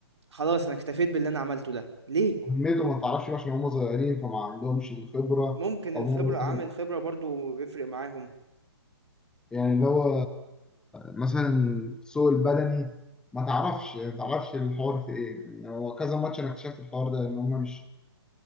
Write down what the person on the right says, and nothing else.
خلاص انا اكتفيت باللي انا عملته ده ليه
ممكن الخبرة
عامل خبرة برضو بيفرق معاهم